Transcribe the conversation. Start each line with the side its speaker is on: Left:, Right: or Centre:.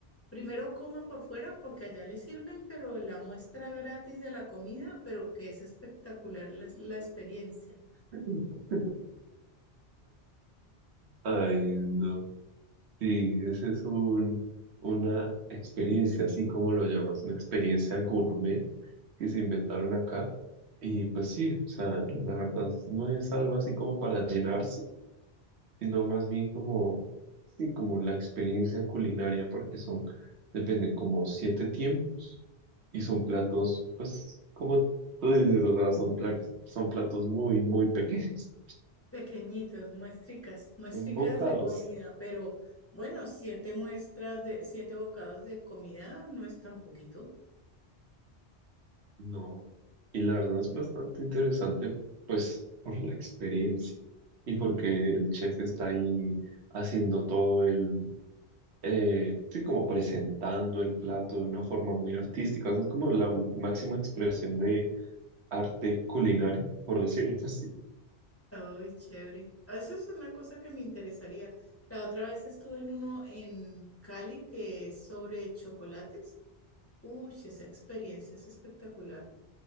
Left: primero coma por fuera porque allá le sirven, pero la muestra gratis de la comida, pero que es espectacular la, la experiencia.
Right: <laughs> Ay, no. Sí, ese es un, una experiencia, así como lo llamas, una experiencia gourmet que se inventaron acá. Y pues sí, o sea, la verdad no es algo así como para llenarse, sino más bien como, sí, como la experiencia culinaria, porque son, depende, como siete tiempos y son platos, pues, como tú dices, o sea, son platos, son platos muy, muy pequeños,
Left: Pequeñitos, muestricas,
Right: <laughs>
Left: muestricas
Right: son bocados.
Left: de comida, pero bueno, siete muestras de, siete bocados de comida no es tan poquito.
Right: No, y la verdad es bastante interesante, pues, por la experiencia y porque el chef está ahí haciendo todo el, eh, sí, como presentando el plato de una forma muy artística, o sea, es como la máxima expresión de arte culinario, por decirlo <laughs> así.
Left: Ay, chévere. Ah, Esa es una cosa que me interesaría. La otra vez estuve en uno en Cali que es sobre chocolates. Uy, esa experiencia es espectacular.